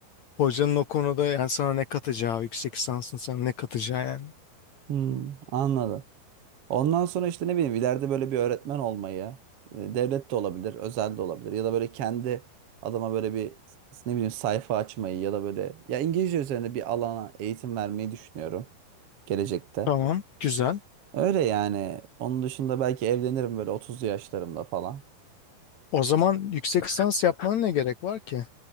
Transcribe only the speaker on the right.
Hmm, anladım. Ondan sonra işte ne bileyim ileride böyle bir öğretmen olmayı e, devlet de olabilir, özel de olabilir ya da böyle kendi adama böyle bir ne bileyim sayfa açmayı ya da böyle ya İngilizce üzerine bir alana eğitim vermeyi düşünüyorum gelecekte.
Öyle yani. Onun dışında belki evlenirim böyle 30'lu yaşlarımda falan.